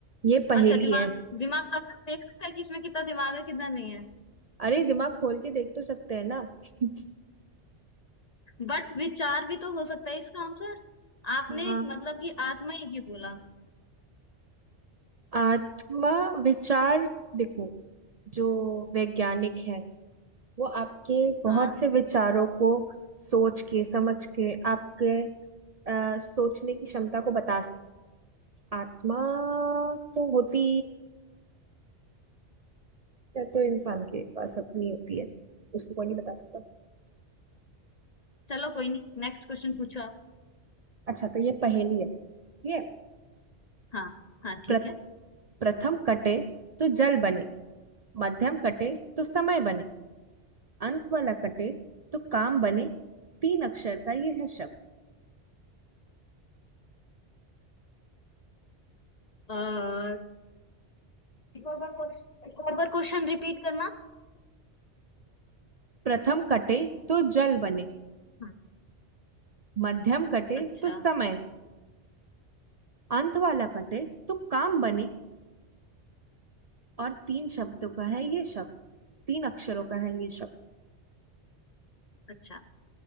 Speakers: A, on the right; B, on the left.
A: ये पहेली
B: अच्छा दिमाग
A: है
B: दिमाग डॉक्टर देख सकता है कि इसमें कितना दिमाग है कितना नहीं है
A: अरे दिमाग खोल के देख तो सकते हैं ना <laughs>
B: बट विचार भी तो हो सकता है इसका आंसर आपने
A: हाँ
B: मतलब कि आत्मा ही क्यों बोला
A: आत्मा विचार देखो जो वैज्ञानिक है वो आपके बहुत
B: हाँ
A: से विचारों को सोच के समझ के आपके अ, सोचने की क्षमता को बता सकते आत्मा तो होती है तो इंसान के पास अपनी होती है उसको कोई नहीं बता सकता
B: चलो कोई नहीं नेक्स्ट क्वेश्चन पूछो आप
A: अच्छा तो ये पहेली है ठीक है
B: हाँ हाँ ठीक
A: प्र-
B: है
A: प्रथम कटे तो जल बने मध्यम कटे तो समय बने अंत वाला कटे तो काम बने तीन अक्षर का ये है शब्द
B: और एक और बार क्वेश्चन एक और बार क्वेश्चन रिपीट करना
A: प्रथम कटे तो जल बने
B: हाँ
A: मध्यम कटे
B: अच्छा
A: तो समय अंत वाला कटे तुम काम बने और तीन शब्दों का है ये शब्द तीन अक्षरों का है ये शब्द
B: अच्छा